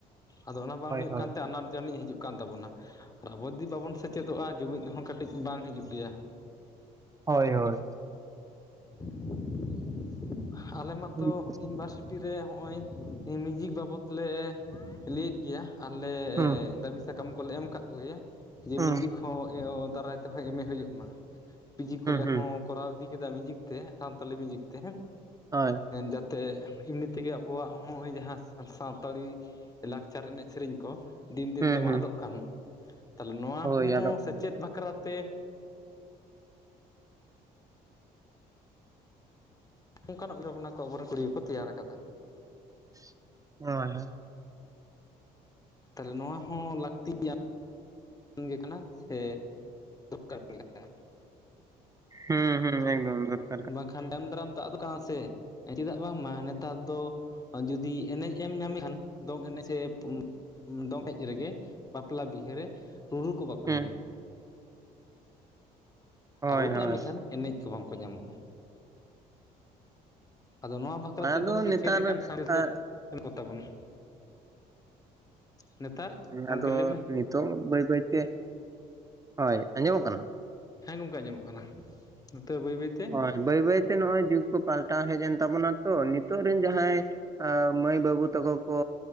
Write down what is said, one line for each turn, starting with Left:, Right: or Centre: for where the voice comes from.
Left: ᱟᱫᱚ ᱚᱱᱟ ᱵᱟᱝ ᱦᱩᱭᱩᱜ
Right: ᱦᱳᱭ
Left: ᱠᱟᱱᱛᱮ ᱟᱱᱟᱴ ᱡᱟᱹᱱᱤᱡ ᱦᱤᱡᱩᱜ ᱠᱟᱱ ᱛᱟᱵᱚᱱᱟ ᱟᱨ ᱟᱵᱚ ᱡᱩᱫᱤ ᱵᱟᱵᱚᱱ ᱥᱮᱪᱮᱫᱚᱜᱼᱟ ᱡᱩᱢᱤᱫ ᱦᱚᱸ ᱠᱟᱹᱴᱤᱡ ᱵᱟᱝ ᱦᱤᱡᱩᱜ ᱜᱮᱭᱟ
Right: ᱦᱳᱭ ᱦᱳᱭ
Left: <inaudible> ᱟᱞᱮ ᱢᱟᱛᱚ
Right: ᱦᱩᱸ
Left: ᱤᱭᱩᱱᱤᱵᱷᱟᱨᱥᱤ ᱴᱤᱨᱮ ᱦᱚᱸᱜᱼᱚᱭ ᱢᱤᱭᱩᱡᱤᱠ ᱵᱟᱵᱚᱛᱞᱮ ᱞᱟᱹᱭᱮᱫ ᱜᱮᱭᱟ ᱟᱨᱞᱮ
Right: ᱦᱩᱸ
Left: ᱫᱟᱹᱵᱤ ᱥᱟᱠᱟᱢ ᱠᱚᱞᱮ ᱮᱢ ᱠᱟᱜ ᱠᱚᱜᱮᱭᱟ ᱡᱮ
Right: ᱦᱩᱸ
Left: ᱢᱤᱭᱩᱡᱤᱠ ᱦᱚᱸ ᱫᱟᱨᱟᱭ ᱛᱮᱦᱚᱸ ᱮᱢᱮ ᱦᱩᱭᱩᱜ ᱢᱟ ᱯᱤᱡᱤ ᱠᱚᱞᱮ
Right: ᱦᱩᱸ
Left: ᱦᱚᱸ ᱠᱚᱨᱟᱣ ᱤᱫᱤ ᱠᱮᱫᱟ ᱢᱤᱭᱩᱡᱤᱠ ᱛᱮ ᱥᱟᱱᱛᱟᱞᱤ ᱢᱤᱭᱩᱡᱤᱠ ᱛᱮ
Right: ᱦᱳᱭ
Left: ᱡᱟᱛᱮ ᱮᱢᱱᱤ ᱛᱮᱜᱮ ᱟᱵᱚᱣᱟᱜ ᱦᱚᱸ ᱦᱚᱸᱜᱼᱚᱭ ᱡᱟᱦᱟᱸ ᱥᱟᱱᱛᱟᱲᱤ <inaudible> ᱞᱟᱠᱪᱟᱨ ᱮᱱᱮᱡ ᱥᱮᱨᱮᱧ ᱠᱚ ᱫᱤᱱ ᱫᱤᱱ
Right: ᱦᱩᱸ
Left: ᱛᱮᱢᱟ
Right: ᱦᱩᱸ
Left: ᱟᱫᱚᱜ ᱠᱟᱱ ᱛᱟᱦᱞᱮ ᱱᱚᱣᱟ
Right: ᱦᱳᱭ
Left: ᱦᱚᱸ
Right: ᱟᱫᱚᱜ ᱠᱟᱱᱟ
Left: ᱥᱮᱪᱮᱫ ᱵᱟᱠᱷᱨᱟ ᱛᱮ ᱚᱱᱠᱟ ᱱᱟᱜ ᱩᱭᱦᱟᱹᱨᱟ ᱵᱷᱟᱵᱱᱟ ᱠᱚ ᱟᱵᱚᱨᱮᱱ ᱠᱩᱲᱤ ᱠᱚᱠᱚ ᱛᱮᱭᱟᱨ ᱠᱟᱫᱟ
Right: <inaudible>
Left: ᱛᱟᱞᱞᱮ ᱱᱚᱣᱟ ᱦᱚᱸ ᱞᱟᱹᱠᱛᱟᱱ <unintelligible> ᱜᱮ ᱠᱟᱱᱟ ᱥᱮ ᱥᱚᱨᱠᱟᱨ ᱜᱮ ᱠᱟᱱᱟ <unintelligible>
Right: ᱦᱩᱸ ᱦᱩᱸ ᱮᱠᱫᱚᱢ ᱫᱷ <inaudible>
Left: ᱵᱟᱝᱠᱷᱟᱱ ᱛᱟᱭᱚᱢ ᱫᱟᱨᱟᱢ ᱫᱟᱜ ᱟᱫ ᱠᱟᱱᱟ ᱥᱮ ᱪᱮᱫᱟᱜ ᱵᱟᱝᱢᱟ ᱱᱮᱛᱟᱨ ᱫᱚ <inaudible> ᱡᱩᱫᱤ ᱮᱱᱮᱡ ᱮᱢ ᱧᱟᱢᱮᱠᱷᱟᱱ ᱫᱚᱝ ᱮᱱᱮᱡ ᱥᱮ <inaudible> ᱫᱚᱝ ᱮᱱᱮᱡ ᱨᱮᱜᱮ ᱵᱟᱯᱞᱟ ᱵᱤᱦᱟᱹᱨᱮ ᱨᱩᱨᱩ ᱠᱚ ᱵᱟᱠᱚ
Right: ᱦᱩᱸ
Left: ᱧᱟᱢᱚᱜ <inaudible>
Right: ᱦᱳᱭ
Left: ᱟᱨ ᱨᱩᱜ
Right: ᱦᱳᱭ
Left: ᱧᱟᱢ ᱞᱮᱠᱷᱟᱱ ᱮᱱᱮᱡ ᱠᱚ ᱵᱟᱝ ᱠᱚ ᱧᱟᱢᱚᱜᱼᱟ ᱟᱫᱚ ᱱᱚᱣᱟ ᱵᱟᱠᱷᱨᱟ <unintelligible> ᱵᱟᱠᱷᱨᱟᱛᱮ
Right: ᱟᱫᱚ
Left: ᱜᱚᱢᱠᱮ
Right: ᱱᱮᱛᱟᱨ
Left: ᱪᱮᱫ ᱞᱮᱠᱟᱱ ᱥᱟᱸᱫᱮᱥ
Right: ᱟᱜ
Left: ᱮᱢ ᱠᱚᱛᱟ ᱵᱚᱱᱟᱢ <inaudible> ᱱᱮᱛᱟᱨ ᱜᱚᱢᱠᱮ
Right: ᱟᱫᱚ
Left: ᱞᱟᱹᱭ ᱢᱮ
Right: ᱱᱤᱛᱚᱝ ᱵᱟᱹᱭ ᱵᱟᱹᱭᱛᱮ ᱦᱳᱭ ᱟᱸᱡᱚᱢᱚᱜ ᱠᱟᱱᱟ <inaudible>
Left: ᱦᱮᱸ ᱜᱚᱝᱠᱮ ᱧᱟᱢᱚᱜ ᱠᱟᱱᱟ ᱱᱤᱛᱚᱜ ᱵᱟᱹᱭ ᱵᱟᱹᱭᱛᱮ <inaudible>
Right: ᱦᱚᱭ ᱵᱟᱹᱭ ᱵᱟᱹᱭᱛᱮ ᱱᱚᱜᱼᱚᱭ ᱡᱩᱜᱽ ᱠᱚ ᱯᱟᱞᱴᱟᱣ ᱦᱮᱡ ᱮᱱ ᱛᱟᱵᱚᱱᱟ ᱛᱚ ᱱᱤᱛᱚᱜ ᱨᱮᱱ ᱡᱟᱦᱟᱸᱭ <inaudible> ᱢᱟᱹᱭ ᱵᱟᱹᱵᱩ ᱛᱟᱠᱚ ᱠᱚ